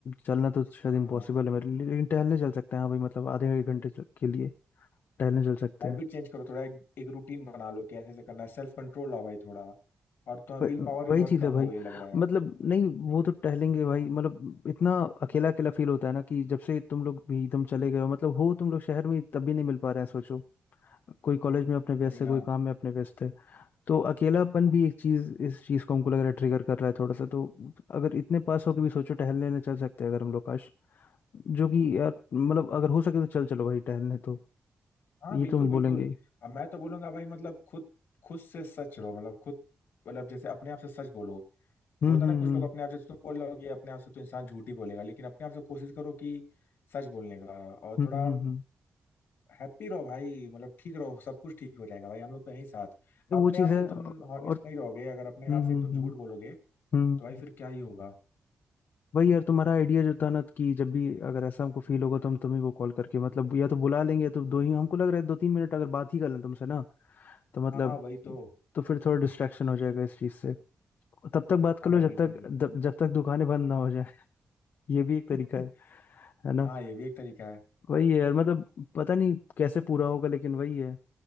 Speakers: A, on the left; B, on the left.
A: चलना तो शायद इम्पॉसिबल
B: हाँ
A: है मेरे लिए लेकिन टहलने चल सकते हैं हाँ भाई मतलब आधे एक घंटे तक के लिए टहलने चल सकते
B: हैबिट
A: हैं
B: चेंज करो थोड़ा एक, एक रूटीन बना लो कि ऐसे ऐसे करना है सेल्फ कंट्रोल लाओ भाई थोड़ा और तो
A: व-
B: विल पावर भी
A: वही
B: बहुत
A: चीज है
B: कम
A: भाई
B: हो गई लग रहा है
A: मतलब नहीं वो तो टहलेंगे भाई मतलब इतना अकेला अकेला फील होता है ना कि जब से तुम लोग भी एकदम चले गए हो मतलब हो तुम लोग शहर में तब भी नहीं मिल पा रहे हैं सोचो कोई कॉलेज में अपने व्यस्त
B: वही ना
A: है कोई काम में अपने व्यस्त है तो अकेलापन भी एक चीज इस चीज को हमको लग रहा है ट्रिगर कर रहा है थोड़ा सा तो अगर इतने पास हो के भी सोचो टहलने ले चल सकते हैं अगर हम लोग काश जो कि यार मतलब अगर हो सके तो चल चलो भाई टहलने तो
B: हाँ
A: ये
B: बिल्कुल
A: तो हम
B: बिल्कुल
A: बोलेंगे ही।
B: अब मैं तो बोलूंगा भाई मतलब खुद खुद से सच रहो मतलब खुद मतलब जैसे अपने आप से सच बोलो जैसे
A: हम्म
B: होता
A: हम्म
B: है ना कुछ
A: हम्म
B: लोग अपने आप से तुम बोल रहे हो कि अपने आप से तो इंसान झूठ ही बोलेगा लेकिन अपने आप से कोशिश करो कि सच बोलने का और
A: हम्म
B: थोड़ा
A: हम्म हम्म।
B: हैप्पी रहो भाई मतलब ठीक रहो सब कुछ ठीक हो जाएगा भाई हम लोग तो हैं ही साथ
A: ये वो
B: अपने
A: चीज
B: आप
A: है
B: से
A: और
B: तुम हॉनेस्ट नहीं रहोगे अगर अपने
A: हम्म
B: आप से
A: हम्म
B: तुम झूठ
A: हम्म
B: बोलोगे
A: हम्म
B: तो भाई फिर क्या ही होगा
A: वही यार तुम्हारा आइडिया जो था ना कि जब भी अगर ऐसा हमको फील होगा तो हम तुम्ही को कॉल करके मतलब या तो बुला लेंगे या तो दो ही हमको लग रहा है दो तीन मिनट अगर बात ही कर लें तुमसे ना तो मतलब
B: हाँ हाँ वही तो
A: तो फिर थोड़ा डिस्ट्रैक्शन हो जाएगा इस चीज़ से तब तक बात कर
B: हाँ
A: लो
B: भाई
A: जब
B: बिल्कुल
A: तक
B: बिल्कुल
A: जब, जब तक दुकानें बंद ना हो जाए <laughs> ये भी एक तरीका
B: <laughs>
A: है है ना
B: हाँ ये भी एक तरीका है
A: वही है यार मतलब पता नहीं कैसे पूरा होगा लेकिन वही है